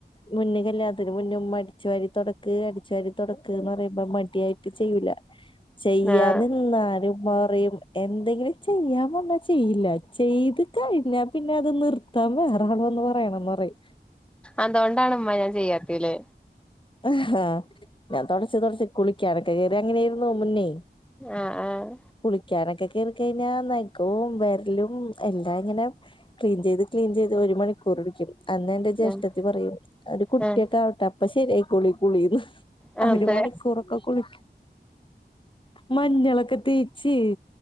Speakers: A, on the left (about 25°); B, in the centre.
A: മുന്ന് കല്യാണത്തിന് മുന്നേഉമ്മ അടിച്ചു വാരി തുടക്ക് അടിച്ചാരി തുടക്ക് ന്ന് പറയുമ്പോ മടിയായിട്ട് ചെയ്യൂല ചെയ്യാന്നി
B: ആഹ്
A: നിന്നാലും പറയും എന്തെങ്കിലും ചെയ്യാം പറ് ഞ്ഞാ ചെയ്യില്ല ചെയ്ത് കയ്ഞ്ഞാ പിന്നെ അത് നിർ ത്താൻ വേറാള് വന്ന് പറയണന്ന റിം
B: അതോണ്ടാണ് മ്മ ഞാൻ ചെയ്യാത്തേ ലെ
A: ആഹ് ഞാൻ തൊടച്ച് തൊട്ച്ച് കുളിക്കാനൊക്കെ കേറിയ അങ്ങനൊയിരുന്നു മുന്നേ
B: ആഹ് ആഹ്
A: കുളിക്കാനൊക്കെ കേറിക്കയ്ഞ്ഞാ നഖോം വെര്ലും എല്ലാം ഇങ്ങനെ ക്ലീൻ ചെയ്ത് ക്ലീൻ ചെയ്ത് ഒരു മണിക്കൂർടിക്കും അന്ന് എന്റെ ജ്യേഷ്ഠത്തി
B: ആഹ്
A: പറയും ഒരു കുട്ടിയൊക്കെ
B: ആഹ്
A: ആവട്ടെ അപ്പ ശരിയായിക്കോളും ഈ കുളീന്ന്
B: ആഹ്
A: ഒരു
B: അതെ
A: മണിക്കൂറൊക്കെ കുളിക്കും മഞ്ഞളൊക്കെ തേച്ച്